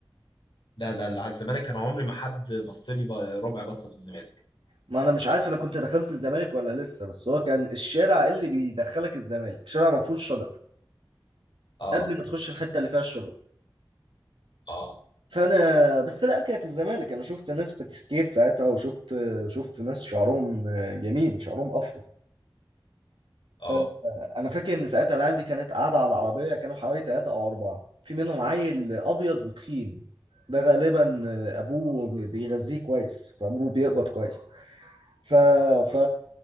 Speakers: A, on the left; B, on the right.
A: ده ده اللي على الزمالك انا عمري ما حد بص لي ب- ربع بصه في الزمالك
B: ما انا مش عارف انا كنت دخلت الزمالك ولا لسه بس هو كان الشارع اللي بيدخلك الزمالك شارع ما فيهوش شجر
A: اه
B: قبل ما تخش الحته اللي فيها الشجر
A: اه
B: فانا بس لا كانت الزمالك انا شفت ناس بتسكيت ساعتها وشفت شفت ناس شعرهم جميل شعرهم افرو
A: اه
B: آه، آه، انا فاكر ان ساعتها العيال دي كانت قاعده على العربيه كانوا حوالي ثلاثه او اربعه في منهم عيل ابيض وتخين ده غالبا آه، ابوه بيغذيه كويس فابوه بيقبض كويس ف... ف...